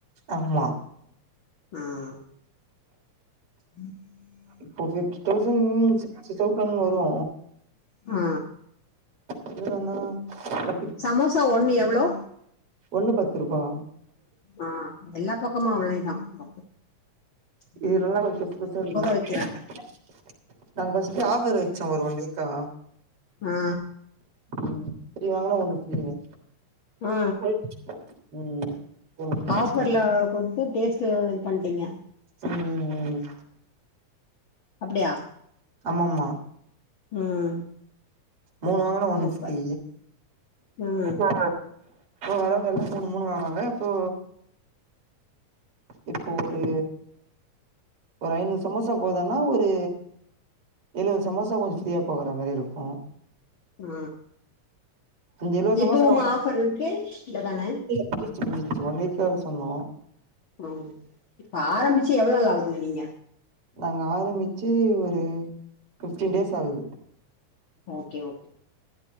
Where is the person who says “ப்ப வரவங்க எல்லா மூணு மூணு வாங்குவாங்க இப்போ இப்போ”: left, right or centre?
Right